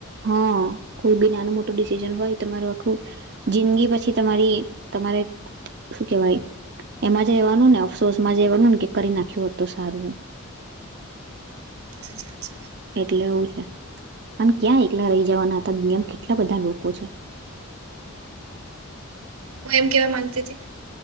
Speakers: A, on the right; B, on the right.
A: હા. કોઈ બી નાનું મોટું ડિસિઝન હોય તમારું આખું જિંદગી પછી તમારી તમારે શું કેવાય. એમાં જ રેહવાનું ને અફસોસમાં જ રેવાનું કેમ કરી નાખ્યું હોત તો સારું એમ.
B: સાચી વાત છે
A: એટલે એવું છે પણ ક્યાં એકલા રહી જવાના હતા. તયમ કેટલા બધા લોકો છે.
B: હ એમ કેવા માંગતી હતી.